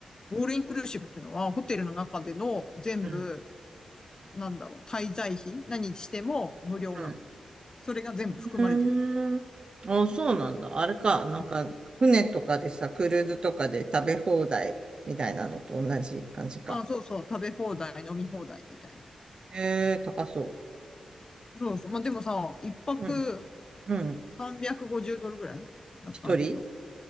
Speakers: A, on the left (about 35°); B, on the right (about 45°).
A: オールインクルーシブっていうのは、ホテルの中での全部、
B: うん。
A: なんだろう、滞在費、何しても無料なの。
B: うん。
A: それが全部含まれてるってこ
B: うーん。あ、そうなんだ。あれか。なんか、
A: とうん。
B: 船とかでさ、クルーズとかで食べ放題みたいなのと同じ感じか。
A: あ、そうそう、食べ放題、飲み放題みたいな。
B: ええ、高そ
A: そうそう。まあ、でもさ、一泊
B: う。うん。うん。
A: 350ドルぐらいだったのよ。
B: 一人